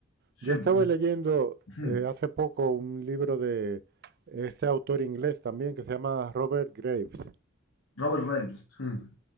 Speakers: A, on the right; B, on the left.
A: Yo
B: Sí,
A: estaba
B: pues,
A: leyendo
B: mm,
A: eh, hace poco un libro de este autor inglés también que se llama Robert Graves,
B: Robert Graves. mm,